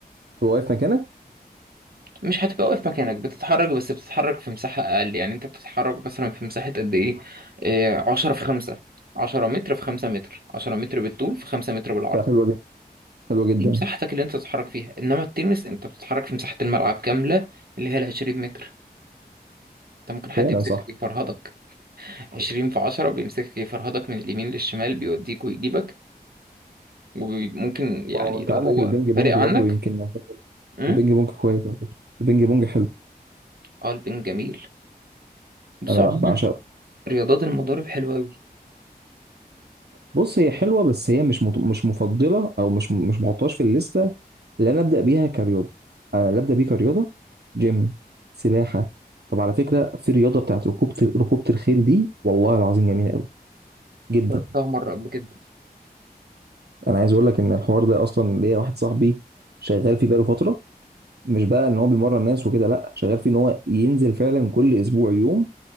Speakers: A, on the right; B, on the right.
A: هو واقف مكانك
B: مش هتبقى واقف مكانك بتتحرك بس بتتحرك في مساحه اقل يعني انت بتتحرك مثلا في مساحه قد ايه إيه، 10 في 5 10 متر في 5 متر 10 متر بالطول في 5 متر بالعرض
A: لا حلوه جدا حلوه جدا
B: دي مساحتك اللي انت تتحرك فيها انما التنس انت بتتحرك في مساحة الملعب كاملة اللي هي ال 20 متر انت ممكن حد
A: فعلا
B: يمسكك
A: صح
B: يفرهدك 20 في 10 بيمسكك يفرهدك من اليمين للشمال بيوديك ويجيبك وممكن يعني
A: ما هو انت
B: لو
A: عندك
B: هو
A: البينج بونج
B: فارق
A: برضه
B: عنك
A: يمكن
B: امم
A: البينج بونج كويس على فكره البينج بونج حلو
B: اه البنج جميل بص
A: انا
B: عموما
A: بع- بعشقه
B: رياضات المضارب حلوة أوي
A: بص هي حلوه بس هي مش مط- مش مفضله او مش مش بحطهاش في الليسته اللي انا ابدا بيها كرياضه انا اللي ابدا بيه كرياضه جيم سباحه طب على فكره في رياضه بتاعت ركوبه ركوبه الخيل دي والله العظيم جميله قوي جدا
B: جربتها مرة قبل كده
A: انا عايز اقول لك ان الحوار ده اصلا ليا واحد صاحبي شغال فيه بقاله فتره مش بقى ان هو بيمرن ناس وكده لا شغال فيه ان هو ينزل فعلا كل اسبوع يوم